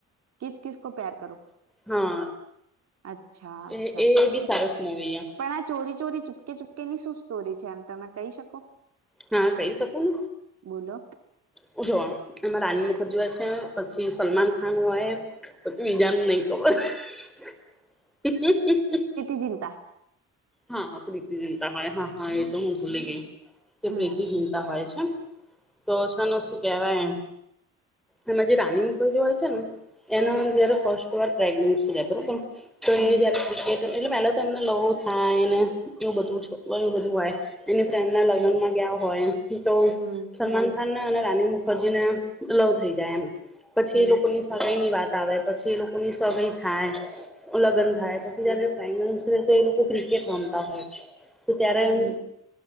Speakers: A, on the right (about 55°); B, in the centre.
A: કસ કસ કો પેર કરો
B: હા
A: અચ્છા
B: એ
A: અચ્છા
B: એ બી સરસ મુવી એ
A: પણણા ચોરી ોરી ચૂપકે ચૂપ ની શું સ્ટોરી છે એમ તમે કહી શકો
B: હા કહી શકું
A: બોલો
B: ને જોવા એમાં રાની મુખર્જી પછી સલમાન ખાન હોય પછું
A: હમ
B: બીજાને નહી ખબર <inaudible>
A: ચિતા
B: હા પ્રીતિ ચિતા હો હા હા એ તો હું ભૂલે ગઈ કે
A: હમ
B: પ્રેતિશીનતા હોય છે તો શને શું કેહેવાય એમાં જે રાની મુખઈ જે હોય છે ને એનોિર
A: હમ
B: ફસ્ટ કર પ્રેગ્નસી <inaudible> તો
A: હમ
B: એ જયારે ક્રિકેટ એટલે તને લ થાયને એવું બધું એું બધું એની ફ્રેન્ડના લગ્નમાં
A: હમ
B: ગયા હોય તો
A: હમ
B: સલમાન ખાન અને રાની મુખરજીને લવ થઈ જાય એમ પછી
A: હમ
B: એ લોકો ની સમય ની વાત. આવે પછી એ લોકો ની સગાઈ થાય લગન
A: હમ
B: થાય પછી જયારે બંગ દ લોકો ક્રિકેટ રમતા હોય છે તો ત્યારેમ
A: હમ